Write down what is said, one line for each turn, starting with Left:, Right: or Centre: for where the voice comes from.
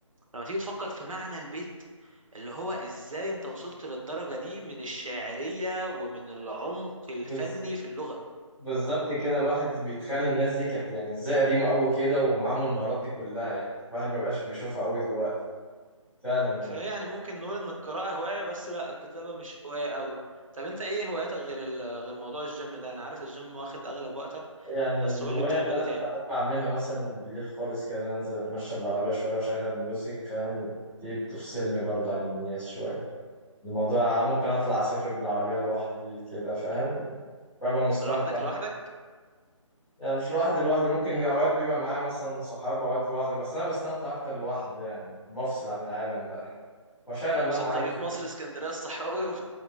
Right: لما تيجي تفكر في معنى البيت اللي هو ازاي انت وصلت للدرجة دي من الشاعرية ومن العمق الفني
Centre: بز...
Right: في اللغة
Centre: بالظبط كده الواحد بيتخيل الناس دي كانت يعني ازاي قديمه قوي كده ومعاهم المهارات دي كلها يعني الواحد ما بقاش بيشوفها قوي دلوقتي فعلا يعني.
Right: فيعني ممكن نقول ان القراءة هواية بس لا الكتابة مش هواية قوي طب انت ايه هواياتك غير ال- غير موضوع الجيم ده انا عارف الجيم واخد اغلب وقتك
Centre: يعني
Right: بس
Centre: الهواية
Right: قول لي بتعمل
Centre: اللي أنا
Right: ايه تاني
Centre: بحب أعملها مثلا بالليل خالص كده إن أنا أنزل أتمشى بالعربية شوية وأشغل ميوزك فاهم دي بتفصلني برضو عن الناس شوية الموضوع ممكن أطلع أسافر بالعربية لوحدي كده فاهم ببقى مستمتع
Right: لوحدك لوحدك
Centre: يعني مش لوحدي لوحدي ممكن أوقات بيبقى معايا مثلا صحاب أوقات لوحدي بس أنا بستمتع أكتر لوحدي يعني بفصل عن العالم بقى وأشغل
Right: امسك
Centre: اللي أنا عايزه
Right: طريق مصر اسكندرية الصحراوي و...